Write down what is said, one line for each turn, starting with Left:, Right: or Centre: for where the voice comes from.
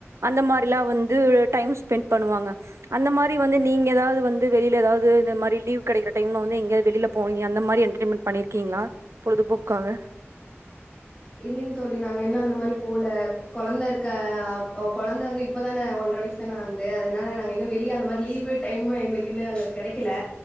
Right: அந்த மாரிலா வந்து டைம் ஸ்பெண்ட் பண்ணுவாங்க அந்த மாரி வந்து நீங்க எதாவ்து வந்து வெளில எதாவ்து இந்த மாரி லீவ் கெடைக்கிற டைம்ல வந்து எங்கயாது வெளில போவிங்க அந்த மாரி என்டர்டைன்மெண்ட் பண்ணிருக்கீங்ளா பொழுதுபோக்குகாக
Left: இல்லைங் தோழி நாங்க இன்னு அந்த மாரி போல கொழந்த இருக்க ஆக் அ கொழந்த வந்து இப்பதானே ஒன்ற வயசு தான ஆகுது அதனால நாங்க இன்னு வெளிய அந்த மாரி லீவிட் டைமு எங்களுக்கு இன்னு கெடைக்கல